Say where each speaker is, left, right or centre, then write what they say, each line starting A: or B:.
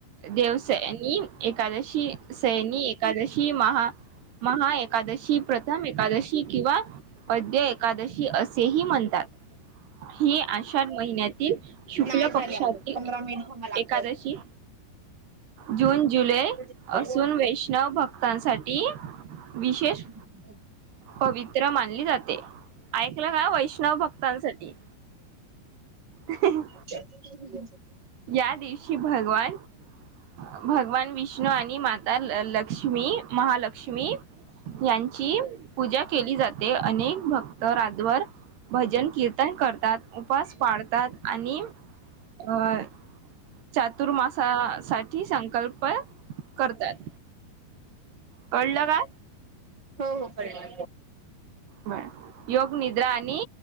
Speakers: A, on the right; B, on the right.
A: देवसैनी एकादशी सैनी एकादशी महा महा एकादशी प्रथम एकादशी किंवा अद्य एकादशी असेही म्हणतात ही आषाढ महिन्यातील, शुक्ल
B: नाही झाले
A: पक्षातील
B: आता <unintelligible>
A: कादशी जून, जुलै
B: अजून.
A: असून वैश णव भक्तांसाठी विशेष
B: ह् ह्. <inaudible>
A: पवित्र मानली जाते. ऐकलं का वैष्णव भक्तांसाठी ह ह.
B: ह.
A: या दिवशी भगवान भगवान विष्णू आणि माता ल लक्ष्मी महालक्ष्मी यांची पूजा केली जाते. ते अनेक भक्त रातभर भजन कीर्तन करतात, उपास पाळतात आणि अ चातुर्मासासाठी संकल्प करतात. कळलं का
B: हो हो कळले.
A: बर. योग निद्रा आणि